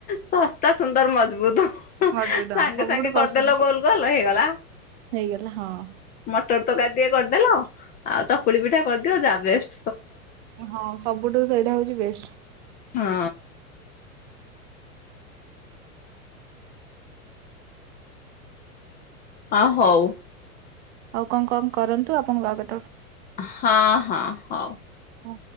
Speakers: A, on the left; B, on the right.
A: ଶସ୍ତା ସୁନ୍ଦର ମଜବୁତ ସାଙ୍ଗେ
B: ମଜବୁତ ହଁ ସବୁଠୁ
A: ସାଙ୍ଗେ
B: ପସନ୍ଦ
A: କରିଦେଲ
B: ସେ
A: ଗୋଲ ଗୋଲ ହେଇଗଲା
B: ହେଇଗଲା ହଁ।
A: ମଟର ତରକାରୀ ଟିକେ କରିଦେଲ ଆଉ ଚକୁଳି ପିଠା କରିଦିଅ ଯା ବଷ୍ଟ
B: ହଁ ସବୁଠୁ ସେଇଟା ହଉଛି ବେଷ୍ଟ।
A: ହଁ ହ ହଉ।
B: ଆଉ କଣ କଣ କରନ୍ତୁ ଆପଣଙ୍କ ଆ କଥା
A: ହଁ ହଁ ହଉ।
B: ଓ